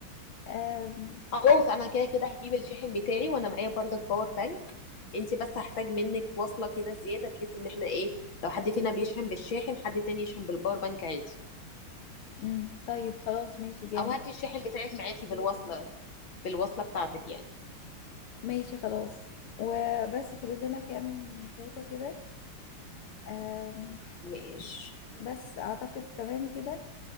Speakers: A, on the left (about 85°); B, on the left (about 65°).
A: آم،
B: خلاص انا كده كده هجيب الشاحن بتاعي وانا معايا بردك باور بانك انت بس هحتاج منك وصلة كده زيادة بحيث ان احنا ايه لو حد فينا بيشحن بالشاحن حد تاني يشحن بالباور بانك عادي
A: مم، طيب خلاص ماشي جامد
B: او هاتي الشاحن بتاعك معاكي بالوصلة بالوصلة بتاعتك يعني
A: ماشي خلاص وبس فاضل لنا كام فوطة كده آم،
B: ماشي
A: بس اعتقد تمام كده